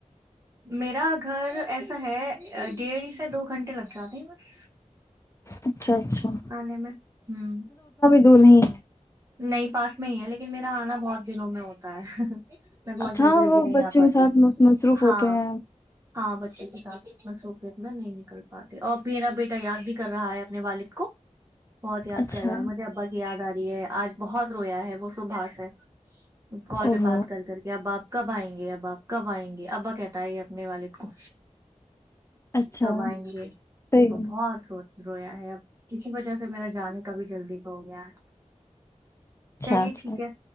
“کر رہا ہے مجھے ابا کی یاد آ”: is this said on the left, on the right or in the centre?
Right